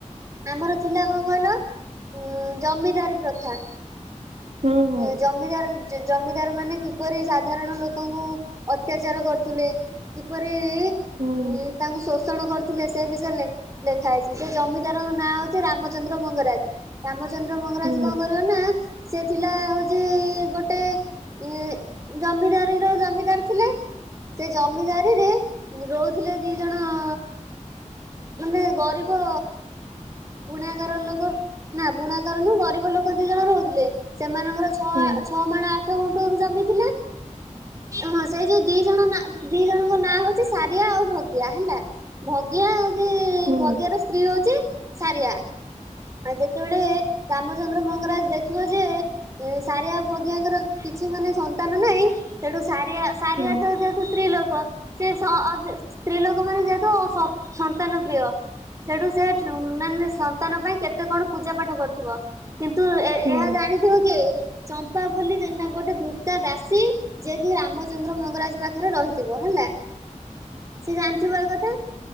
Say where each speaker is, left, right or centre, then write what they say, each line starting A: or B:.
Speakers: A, on the right (about 25°); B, on the right (about 60°).
A: ଆମର ଥିଲା କଣ କହିଲ? ଉଁ ଜମିଦାର ପ୍ରଥା।
B: ହୁଁ ହୁଁ।
A: ଉଁ ଜ ଜମିଦାର ଜମିଦାର ମାନେ କିପରି ସାଧାରଣ ଲୋକଙ୍କୁ ଅତ୍ୟାଚାର କରୁଥିଲେ? କିପରିଇ
B: ହୁଁ
A: ତାଙ୍କୁ ଶୋଷଣ କରିୁଥିଲେ ସେ ବିଷୟରେ ଲେ ଲେଖା ହେଇଛି, ସେ ଜମିଦାରଙ୍କ ନାଁ ହଉଛି ରାମଚନ୍ଦ୍ର ମଙ୍ଗରାଜ। ରାମଚନ୍ଦ୍ର ମଙ୍ଗରାଜ
B: ହୁଁ
A: କଣ କରିବ ନା ସେ ଥିଲା ହଉଚି ଗୋଟେ ଏ ଜମିଦାରିର ଜମିଦାର ଥିଲେ। ସେ ଜମିଦାରିରେ ରହୁଥିଲେ ଦି ଜଣଅ ମାନେ ଗରିବ ବୁଣାକାର ଲୋକ ନା ବୁଣାକାର ନୁ ଗରିବ ଲୋକ ଦି ଜଣ ରହୁଥିଲେ। ସେମାନଙ୍କର ଛଅ
B: ହୁଁ ହୁଁ ହୁଁ
A: କଛଅ ମାଣ ଆଠ ଗୁଣ୍ଟ ଜମିଥିଲେ ହଁ ସେଇ ଯୋଉ ଦି ଜଣ ନା ଦି ଜଣଙ୍କ ନାଁ ହଉଛି ସାରିଆ ଆଉ ଭଗିଆ ହେଲା। ଭଗିଆ ହଉଛି
B: ହୁଁ
A: ଭଗିଆ
B: ହୁଁ
A: ର ସ୍ତ୍ରୀ ହଉଛି ସାରିଆ। ଆଉ ଯେତେବେଳେ ରାମଚନ୍ଦ୍ର ମଙ୍ଗରାଜ ଦେଖିବ ଯେ ଏ ସାରିଆ ଭଗିଆଙ୍କର କିଛି ମାନେ ସନ୍ତାନ ନାହିଁ ସେଠୁ ସାରିଆ ସାରିଆ
B: ହୁଁ
A: ତ ସ୍ତ୍ରୀ ଲୋକ ସେ ସ ସ୍ତ୍ରୀ ଲୋକ ମାନେ ଯେହେତ ସ ସନ୍ତାନ ପ୍ରିୟ। ସେଠୁ ସେ ଟ୍ରୁ ମାନେ ସନ୍ତାନ ପାଇଁ କେତେ କଣ ପୂଜା ପାଠ କରୁଥିବ କିନ୍ତୁ ଏ
B: ହୁଁ
A: ଏହା ଜାଣିଥିବ କିଏ? ଚମ୍ପା ବୋଲି ଯେନା ଗୋଟେ ଦ୍ରୁତା ଦାସୀ। ଜିଏ କି ରାମଚନ୍ଦ୍ର ମଙ୍ଗରାଜ ପାଖରେ ରହିଥିବ ହେଲା। ସିଏ ଜାଣିଥିବ ଏ କଥା